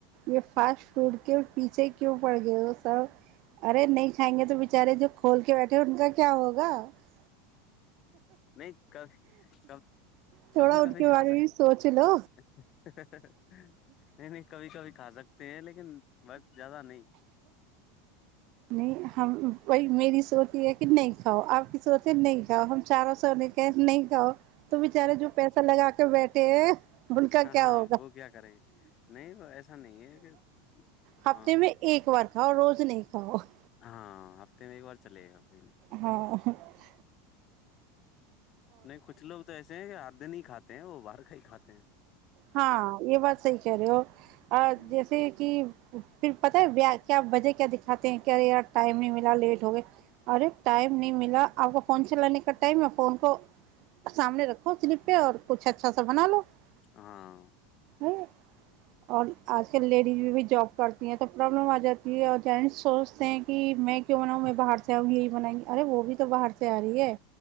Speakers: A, on the right (about 55°); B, on the left (about 45°).
A: یہ فاسٹ فوڈ کے پیچھے <unintelligible> کیوں پڑ گئے وہ سب ارے نہیں کھائیں گے تو بچارے جو کھول کے بیٹھے ان کا کیا ہوگا <unintelligible>
B: نہیں ک کب
A: تھوڑا
B: کبھی کبھی
A: ان کے
B: کاصا
A: بارے میں
B: <unintelligible>
A: بھی
B: ہ
A: سوچ لو
B: <unintelligible> نہیں نہیں کبھی کبھی کھا سکتے ہیں لیکن بت زیادہ نہیں
A: نہیں ہم بی میری سوچ یہ ہے کہ نہیں کھاؤ آپ کی سوچ ہے نہیں کھاؤ ہم چاروں سو نے کہ نہیں کھاؤ تو بچارے جو پیسہ لگا کے بیٹھ <unintelligible> ت <unintelligible> ان کا
B: ہاں
A: کیا
B: ہاں
A: ہوگا
B: وہ کیا کریں نہیں وہ ایسا نہیں ہے کہ
A: ہفتے
B: ہاں
A: میں ایک بار <unintelligible> اوراں روز نہیں پا <unintelligible>
B: ہاں ہفتے میں ایک بار چلے گا کوئی <unintelligible>
A: ہاں <unintelligible> چ <unintelligible>
B: نہیں کچھ لوگ تو ایسے ہیں کہ ہاتھ نہیں کاتے ہیں وہ باہر کھ ہی کھاتے ہیں <unintelligible>
A: ہاں یہ بات صحی کہہ رہے ہو
B: ہ
A: جیسے کہ <unintelligible> پھر پت ہے بیا کیا وجہ کیا دکھاتے ہیں کیا یار ٹائم نہیں ملا لیٹ ہو گیا ارے ٹائم نہیں ملا <unintelligible> آپ کو فن سے لے ک <unintelligible> میں فون کو سامنے رکھو سلپ پہ اور کچھ اچھا س بنا لو <unintelligible>
B: ہاں <unintelligible>
A: میں اور <unintelligible> آج کل لیڈیز بھی جاب کر <unintelligible> تو پرابلم آ جاتی ہے اور جینس سوچتے ہیں کہ میں کیوں بناؤں م میں باہر سے آؤں یہی بنیں گی ارے وہ بھ تو باہر سے آ رہی ہے